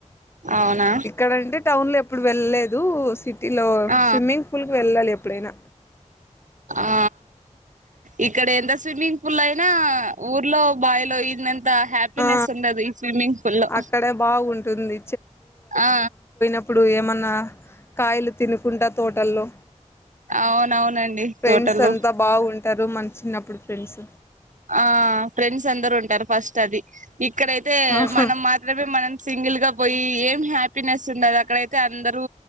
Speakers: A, on the right (about 80°); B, on the left (about 20°).
A: అవునా
B: ఇక్కడంటే టౌన్ లో ఎప్పుడు వెళ్ళలేదు సిటీ లో
A: ఆ
B: స్విమ్మింగ్ ఫూల్ కి వెళ్ళాలి ఎప్పుడు ఎప్పుడైన
A: ఆ ఇక్కడ ఎంత స్విమ్మింగ్ పూల్ అయినా ఊర్లో బావిలో ఈ దినం అంత హ్యాపీినెస్
B: ఆ
A: ఉండదు ఈ స్విమ్మింగ్ పూల్లో
B: అక్కడే బాగుంటుంది
A: ఆ
B: ఇప్పుడు ఏమన్న కాయలు తినుకుంటా తోటల్లో
A: అవునవునండి
B: ఫ్రెండ్స్
A: తోటల్లో
B: అంత బాగుంటారు మన చిన్నప్పుడు ఫ్రెండ్స్
A: ఆ ఫ్రెండ్స్ అందరుూ ఉంటారు ఫస్ట్ అది ఇక్కడైతే
B: ఆహా
A: మనం మాత్రమే మనం సింగిల్ గా పోయి ఏం హ్యాపీనెస్ ఉండదు అక్కడైతే అందరూ